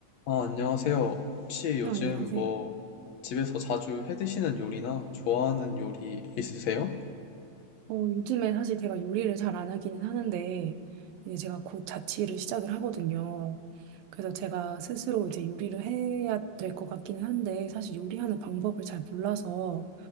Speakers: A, on the left (about 60°); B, on the right (about 85°).
A: 아, 안녕하세요. 혹시 요즘
B: 네, 안녕하세요.
A: 뭐 집에서 자주 해 드시는 요리나 좋아하는 요리 있으세요?
B: 어, 요즘에 사실 제가 요리를 잘 안 하기는 하는데, 이제 제가 곧 자취를 시작을 하거든요. 그래서 제가 스스로 이제 요리를 해야 될 것 같기는 한데, 사실 요리하는 방법을 잘 몰라서,